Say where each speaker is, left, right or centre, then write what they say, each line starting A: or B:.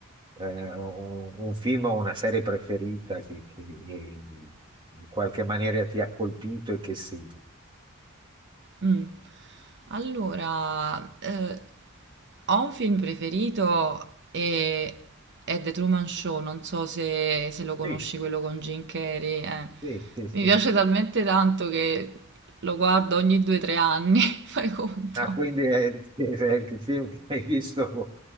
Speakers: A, on the right; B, on the right.
A: eh, un, un film o una serie preferita che, che in qualche maniera ti ha colpito e che sì.
B: Mh. Allora, eh, ho un film preferito e è The Truman Show, non so se, se lo conosci,
A: Sì,
B: quello con Jim Carrey. eh.
A: sì, sì, sì.
B: Mi piace talmente tanto che lo guardo ogni due o tre anni, <laughs> fai conto.
A: Ah, quindi è, <laughs> è il film che hai visto